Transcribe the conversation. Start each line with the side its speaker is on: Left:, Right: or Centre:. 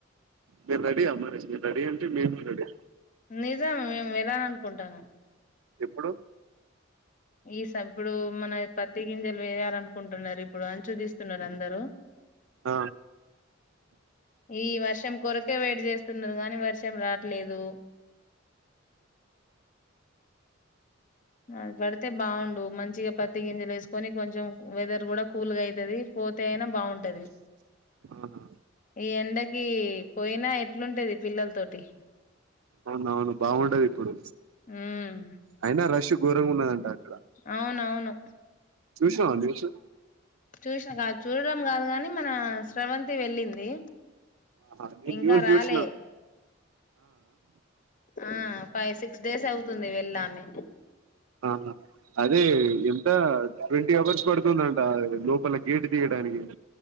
Right: మీరు రెడీ ఆ మరి మీరు రెడీ అంటే మేము రెడీ
Left: నిజం మేము వెళ్ళాలి అనుకుంటన్నం
Right: ఇప్పుడు
Left: ఇప్పుడు మన పత్తి గింజలు వేయాలి అనుకుంటున్నారు ఇప్పుడు అచ్చు తీస్తున్నారు అందరు
Right: ఆ
Left: ఈ వర్షం కొరకే వెయిట్ చేస్తున్నాము కానీ వర్షం రావట్లేదు అది పడితే బాగుండు మంచిగా పత్తి గింజలు వేసుకొని కొంచెం వెదర్ కూడా కూల్గా అవుతుది పోతే అయినా బాగుంటది
Right: ఆహా
Left: ఈ ఎండ కి పోయినా ఎట్లుంటది పిల్లల తోటి
Right: అవునవును బాగుంటది ఇప్పుడు
Left: ఉమ్
Right: అయినా రష్ ఘోరంగా ఉన్నదంటారు
Left: అవునవును
Right: నాకు తెలుసు
Left: చూసినా కాదు చూడడం కాదు గాని మన శ్రవంతి వెళ్ళింది
Right: హా నేను
Left: ఇంకా
Right: కూడా
Left: రాలే
Right: చూసిన
Left: ఆ ఫైవ్ సిక్స్ డేస్ అవుతుంది వెళ్ళి ఆమె
Right: ఆహా అదే ఎంత ట్వంటీ అవర్స్ పడుతుందంట లోపల గేటు తీయడానికి